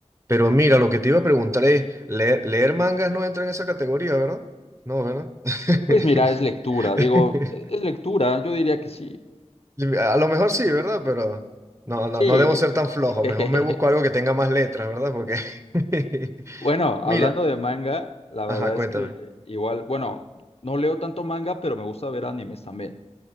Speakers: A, on the right (about 25°); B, on the left (about 60°).
A: Pero mira, lo que te iba a preguntar es, leer, leer mangas no entra en esa categoría, ¿verdad? No, ¿verdad? <laughs> <laughs>
B: Pues mira, es lectura, digo, e-, es lectura, yo diría que sí.
A: A lo mejor sí, ¿verdad? Pero no, no,
B: Sí.
A: no debo ser tan flojo,
B: <laughs>
A: mejor me busco algo que tenga más letras, ¿verdad? Porque, <laughs>
B: Bueno,
A: mira,
B: hablando de manga, la verdad
A: ajá, cuéntame.
B: es que igual, bueno, no leo tanto manga, pero me gusta ver animes también.